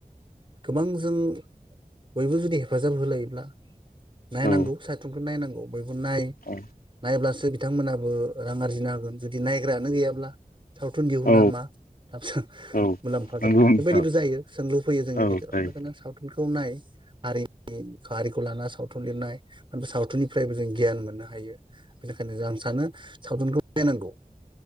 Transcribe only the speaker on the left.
औ
औ
औ
औ
नंगौ
नोंथां
औ
जायो